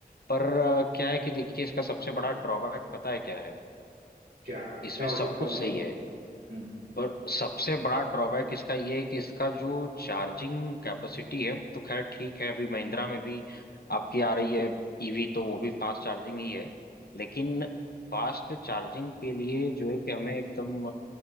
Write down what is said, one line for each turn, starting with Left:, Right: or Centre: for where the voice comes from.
Left: पर अ, क्या है कि देखिए इसका सबसे बड़ा ड्रॉबैक पता है क्या है
Right: क्या क्या
Left: इसमें
Right: हो
Left: सब
Right: सकता
Left: कुछ
Right: है बताओ
Left: सही है
Right: हम्म
Left: पर सबसे बड़ा ड्रॉबैक इसका ये है कि इसका जो चार्जिंग कैपेसिटी है तो खैर ठीक है अभी महिंद्रा में भी आपकी आ रही है ईवी तो वो भी फास्ट चार्जिंग ही है लेकिन फास्ट चार्जिंग के लिए जो है कि हमें एकदम